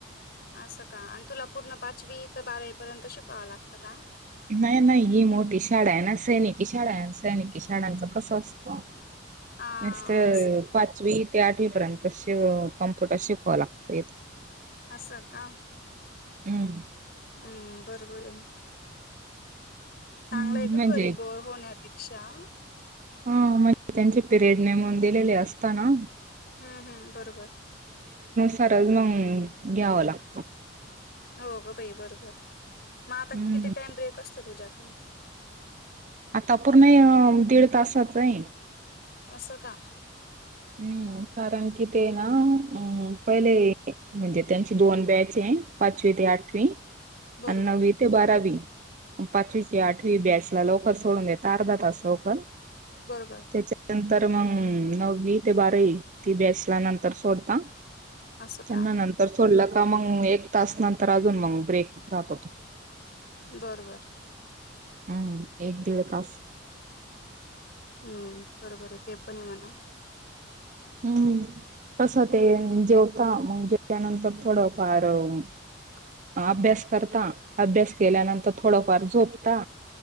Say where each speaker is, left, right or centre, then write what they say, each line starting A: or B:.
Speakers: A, on the left (about 50°); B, on the right (about 40°).
A: असं का आणि तुला पूर्ण पाचवी ते बारावी पर्यंत शिकवावं लागतं का
B: नाही नाही ही मोठी शाळा आहे ना सैनिकी शाळा आहे सैनिकी शाळांच कसं असतो
A: हां,
B: मस्त
A: असं
B: पाचवी त्या आठवीपर्यंत श कम्प्युटर शिकवावं लागत येत
A: असं का
B: हम्म
A: हम्म बरोबर आहे मग चांगलाय
B: हम्म
A: का
B: म्हणजे
A: घरी बोर होण्यापेक्षा
B: हा म्हणजे त्यांचे पिरियड नेमून दिलेले असता ना
A: हम्म हम्म बरोबर
B: सरज मून घ्यावं लागत
A: हो ग बाई बरोबर मग आता
B: हम्म
A: किती टाइम ब्रेक असतो तुझ्यात
B: आता पूर्ण दीड तासचय
A: असं का
B: हम्म कारण कि ते नाम पहिले म्हणजे त्यांची दोन बॅच आहे पाचवी ते आठवी
A: बरोबर
B: अण्णवी ते बारावी पाचवीची आठवी बॅसला लवकर सोडून देत अर्धा तास लवकर
A: बरोबर
B: त्याच्यानंतर मग नववी ते बार ती बेसल्या नंतर सोडता
A: असं
B: त्यांना
A: का
B: नंतर सोडलं आता मग एक तास नंतर अजून मग ब्रेक राहतोतो
A: बरोबर
B: हम् एक दीड काास
A: हम्म बरोबर आहे ते पण म्हणा
B: हम् कसं ते जेवता मग जेवल्यानंतर थोडं पार अभ्यास करता अभ्यास केल्यानंतर थोडफार झोपता